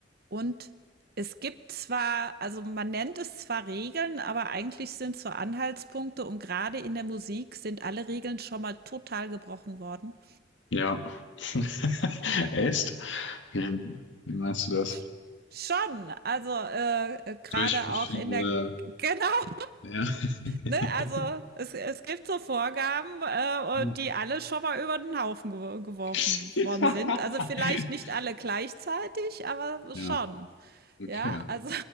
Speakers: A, on the right (about 55°); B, on the left (about 75°).
A: und es gibt zwar, also man nennt es zwar Regeln, aber eigentlich sind es so Anhaltspunkte und gerade in der Musik sind alle Regeln schon mal total gebrochen worden.
B: Ja. <laughs> Echt? Wie, wie meinst du das?
A: Sch- Schon, also äh, äh, gerade
B: Durch verschiedene.
A: auch in der, genau,
B: Ja. <laughs>
A: ne? Also es, es gibt so Vorgaben, äh,
B: Hm.
A: und die alle schon mal über den Haufen gew- geworfen
B: <laughs>
A: worden sind. Also vielleicht nicht alle gleichzeitig, aber
B: Ja,
A: schon.
B: okay.
A: Ja, also